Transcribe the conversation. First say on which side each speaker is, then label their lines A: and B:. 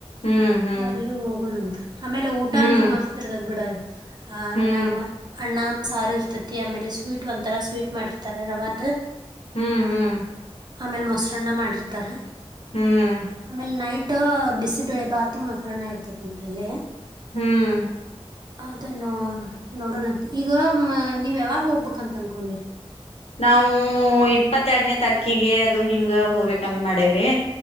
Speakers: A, on the left; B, on the right.
A: ಹ್ಮ್ ಹ್ಮ್
B: ಅಲ್ಲು ಹೋಗೋಣಂತ. ಆಮೇಲೆ ಊಟ
A: ಹ್ಮ್
B: ಅಂತ್ರು ಮಸ್ತ್ ಇರ್ತದ್ ಬಿಡ ಆ
A: ಹ್ಮ್
B: ನಮ್ಮ ಅನ್ನ, ಸಾರ ಇರ್ತತಿ ಆಮೇಲೆ ಸ್ವೀಟ್ ಒಂತರ ಸ್ವೀಟ್ ಮಾಡಿರ್ತಾರ ರವಾದ.
A: ಹ್ಮು ಹ್ಮು.
B: ಆಮೇಲೆ ಮೊಸರನ್ನ ಮಾಡಿರ್ತಾರ
A: ಹ್ಮ್
B: ಆಮೇಲ ನೈಟ್ ಟ್ ಬಿಸಿಬೆಳೆ ಬಾತ್, ಮೊಸರನ್ನ ಇರತೈತಿ ಅಂತ ಅಲ್ಲೇ.
A: ಹ್ಮು
B: ಅದನ್ನು ನೋಡೋಣಂತ ಈಗ ನೀವ್ ಯಾವಾಗ ಹೋಗ್ಬೇಕಂತ ಅನ್ಕೊಂಡಿರಿ.
A: ನಾವು ಇಪ್ಪತ್ತೆರಡನೇ ತಾರಕಿಗೆ ಅದು ಹಿಂಗ ಹೋಗ್ಬೇಕಂದ ಮಾಡೇವೆ.